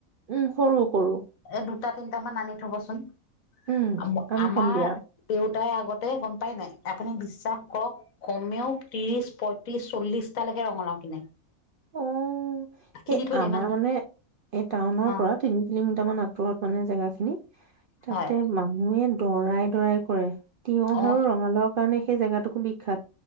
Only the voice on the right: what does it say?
উম সৰু। সৰু
উম,
আনি
থম দিয়া
অ',
এই
আমাৰ
মানে এই টাউনৰ
পৰা তিনি কিলোমিটাৰ মান দুৰত মানে জেগাখিনি তাতে
মানুহে দৰাই দৰাই কৰে। তিয়হ
আৰু ৰঙালাওক কাৰণে সেই জেগাতোকো বিখ্যাত